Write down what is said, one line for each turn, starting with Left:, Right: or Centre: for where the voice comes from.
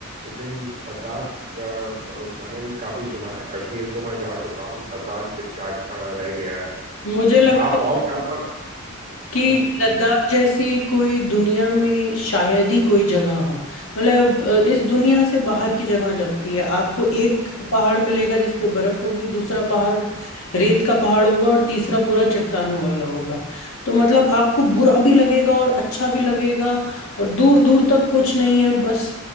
Right: लेकिन लद्दाख अ, अ, मैंने भी काफ़ी सुना है कश्मीर तो मैं जा चुका हूँ लद्दाख जा अ, रह गया है
Left: मुझे लगता
Right: आप
Left: है
Right: और कहाँ पर
Left: कि
Right: हाँ जी
Left: लद्दाख
Right: वो-
Left: जैसी कोई दुनिया में शायद ही कोई जगह हो मतलब अ, इस दुनिया से बाहर की जगह लगती है आपको एक पहाड़ मिलेगा जिस पे बर्फ होगी दूसरा पहाड़ रेत का पहाड़ होगा और तीसरा पूरा चट्टानों वाला होगा तो मतलब आपको बुरा भी लगेगा और अच्छा भी लगेगा और दूर दूर तक कुछ नहीं है बस